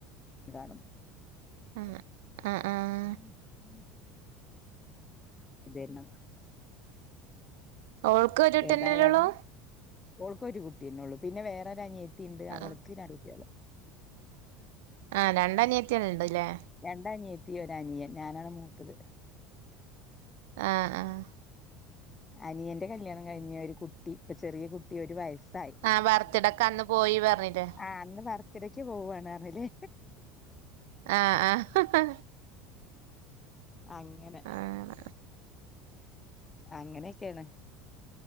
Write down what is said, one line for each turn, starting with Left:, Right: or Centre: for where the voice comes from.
Left: ന്താണും
Right: ആഹ്
Left: <inaudible>
Right: ആഹ് ആഹ്
Left: ഇതേന്ന്
Right: ഓൾക്ക് ഒരുട്ടിന്നല്ലെള്ളൂ?
Left: എന്തായാലും ഓൾക്ക് ഒരു കുട്ടിന്നെ ഒള്ളൂ. പിന്നെ വേറെ ഒരനിയത്തിണ്ട് അവൾക്ക്
Right: ആഹ്
Left: രണ്ട് കുട്ടികള്.
Right: ആ രണ്ടനിയത്തിയള് ഇണ്ട്ല്ലേ?
Left: രണ്ടനിയത്തി ഒര് അനിയൻ ഞാനാണ് മൂത്തത്.
Right: ആ ആഹ്
Left: അനിയന്റെ കല്യാണം കഴിഞ്ഞ് ഒരു കുട്ടി. ഇപ്പൊ ചെറിയ കുട്ടി ഒരു വയസ്സ്. <unintelligible>
Right: ആഹ് ബർത്ത്ഡേക്ക് അന്ന് പോയി പറഞ്ഞില്ലേ
Left: ആ അന്ന് ബർത്തിടക്ക് പോവാണ് പഞ്ഞിലെ.
Right: ആ ആഹ്
Left: അങ്ങെനെ
Right: ആഹ്
Left: അങ്ങനെയൊക്കെണ്.